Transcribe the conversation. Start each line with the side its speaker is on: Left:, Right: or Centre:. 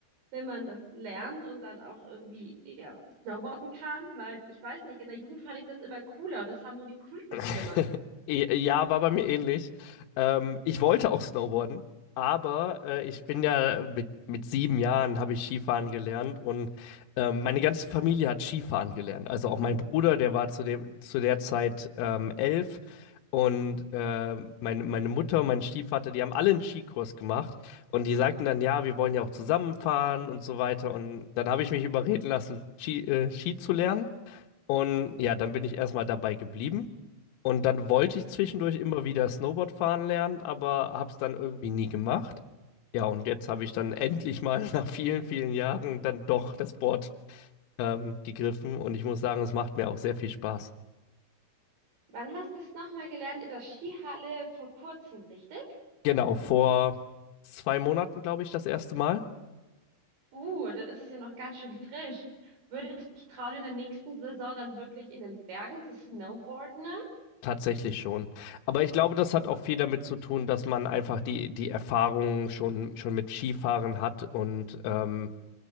Right: wenn man das lernt und dann auch irgendwie eher snowboarden kann, weil ich weiß nicht, in der Jugend fand ich das immer cooler und das haben nur die Cool Kids
Left: <laughs>
Right: gemacht.
Left: Ja, war bei mir ähnlich. Ähm, ich wollte auch Snowboarden, aber äh, ich bin ja mit, mit sieben Jahren habe ich Skifahren gelernt und ähm, meine ganze Familie hat Skifahren gelernt. Also auch mein Bruder, der war zu dem, zu der Zeit ähm, elf und äh, meine, meine Mutter und mein Stiefvater, die haben alle einen Skikurs gemacht und die sagten dann, ja, wir wollen ja auch zusammenfahren und so weiter. Und dann habe ich mich überreden lassen, Ski, äh, Ski zu lernen und ja, dann bin ich erstmal dabei geblieben. Und dann wollte ich zwischendurch immer wieder Snowboard fahren lernen, aber habe es dann irgendwie nie gemacht. Ja, und jetzt habe ich dann endlich mal <laughs> nach vielen, vielen Jahren dann doch das Board ähm, gegriffen und ich muss sagen, es macht mir auch sehr viel Spaß.
Right: Wann hast du es nochmal gelernt? In der Skihalle vor kurzem, richtig?
Left: Genau, vor zwei Monaten, glaube ich, das erste Mal.
Right: Uh, dann ist es ja noch ganz schön frisch. Würdest du dich trauen, in der nächsten Saison dann wirklich in den Bergen zu snowboarden?
Left: Tatsächlich schon. Aber ich glaube, das hat auch viel damit zu tun, dass man einfach die, die Erfahrung schon, schon mit Skifahren hat und ähm,